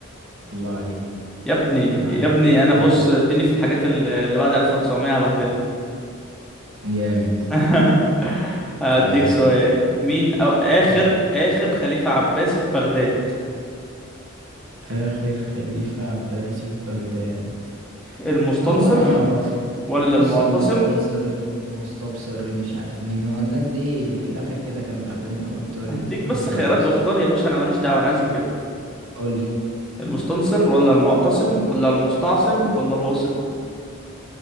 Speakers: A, on the right; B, in the centre.
A: الله عليه
B: يا ابني
A: الله عليه
B: يا ابني انا
A: جامد
B: بص اديني في الحاجات ال- اللي بعد 1900 هبهدلها
A: جامد
B: <laughs> هديك
A: طيب
B: سؤال مين أو اخر
A: دي.
B: اخر خليفة عباسي في بغداد
A: آخر خليفة عباسي في بغداد
B: المستنصر
A: آه والله ما أعرف
B: ولا
A: بص
B: المعتصم
A: المستنصر المستبصر اللي مش عارف مين هو الناس دي في الآخر كده كانوا تعبانين أوي بتوع ال-
B: هديك
A: الخلافة
B: بس خيارات
A: العباسي
B: واختار يا باشا انا ماليش دعوة انا عايز اجابة
A: قول
B: المستنصر ولا المعتصم ولا المستعصم ولا الواثق